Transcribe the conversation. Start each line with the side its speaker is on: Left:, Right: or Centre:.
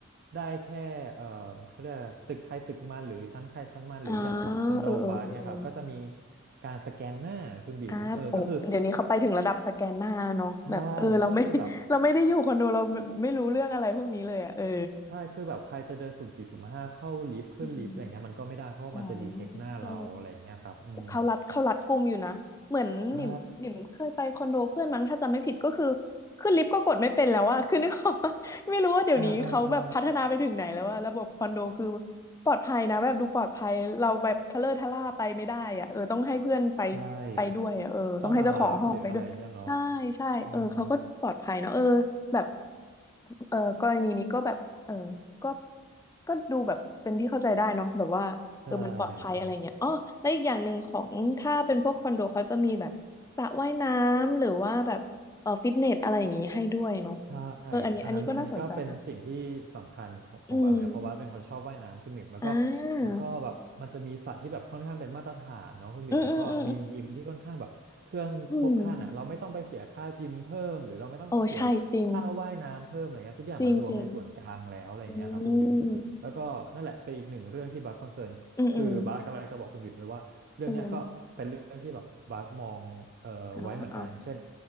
Right: ได้แค่เอ่อเขาเรียกอะไรตึกใครตึกมันหรือชั้นใครชั้นมันหรืออย่างของคอนโดบาสเนี่ยครับก็จะมี
Left: อ่าเออเออเออเออ
Right: การสแกนหน้าคุณบิ่มเออก็คือ
Left: อ่าโอ้เดี๋ยวนี้เขาไปถึงระดับสแกนหน้าแล้วเนาะแบบเออเราไม่
Right: ใช่ก็คือแบบ
Left: <laughs> เราไม่ได้อยู่คอนโดเราไม่ไม่รู้เรื่องอะไรพวกนี้เลยอ่ะเออ
Right: ใช่คือแบบใครจะเดินสุ่มสี่สุ่มห้าเข้าลิฟต์ขึ้นลิฟต์อะไรเงี้ยมันก็ไม่ได้เพราะว่ามันจะดีเทคหน้าเราอะไรอย่างเงี้ยครับอืม
Left: อืมอ๋อเออ เขารัดเขารัดกุมอยู่นะเหมือนหนิมหนิมเคยไปคอนโดเพื่อนมั้งถ้าจำไม่ผิดก็คือ
Right: ใช่
Left: ขึ้นลิฟต์ก็กดไม่เป็นแล้วอะคือนึกออกปะ <laughs> ไม่รู้ว่าเดี๋ยวนี้เขาแบบพัฒนาไปถึงไหนแล้วอะระบบคอนโดคือ
Right: อ่าอ่าอ่า
Left: ปลอดภัยนะแบบดูปลอดภัยเราแบบทะเลอะทะล่าไปไม่ได้อะเออต้องให้เพื่อนไป
Right: ใช่
Left: ไปด้วยอะเออต้องให้เจ้าของห้องไปด้วยใช่ใช่เออเขาก็ปลอดภัยเนาะเออ
Right: ต้องมารับหรืออะไรเงี้ยเนาะอืม
Left: แบบเออกรณีนี้ก็แบบ เออก็ก็ดูแบบเป็นที่เข้าใจได้เนาะแบบว่าเออมันปลอดภัยอะไรเงี้ยอ๋อแล้วอีกอย่างหนึ่งของถ้าเป็นพวกคอนโดเขาจะมีแบบสระว่ายน้ำหรือว่าแบบเออฟิตเนสอะไรอย่างงี้ให้ด้วยเนาะ
Right: ใช่คุณวิ ใช่
Left: เอออันนี้อันนี้ก็น่าสนใจนะ
Right: อันนั้นอันนี้ก็เป็นสิ่งที่สำคัญของของบาสเหมือนกันเพราะว่าเป็นคนชอบว่ายน้ำคุณหมิมแล้วก็
Left: อืมอ่
Right: แล้วก็แบบมันจะมีสระที่แบบค่อนข้างเป็นมาตรฐานเนาะคุณหมิมแล้วก็มียิมที่ค่อนข้างแบบเครื่องครบครันอ่ะเราไม่ต้องไปเสียค่าจิมเพิ่มหรือเราไม่ต้องเสียค่าว่ายน้ำเพิ่มอะไรเงี้ยทุกอย่างมันรวมในส่วนกลางแล้วอะไรเงี้ยครับคุณบิมแล้วก็นั่นแหละเป็นอีกหนึ่งเรื่องที่บาสคอนเซิร์นคือบาสกำลังจะบอกคุณบิมเลยว่าเรื่องเนี้ยก็เป็นเรื่องที่แบบบาสมองเอ่อไว้เหมือนกันอย่างเช่น
Left: าอืมอืมอืมอืมอืมโอ้ใช่จริงจริงจริงอืมอืมอืมอืมอ่าอ่า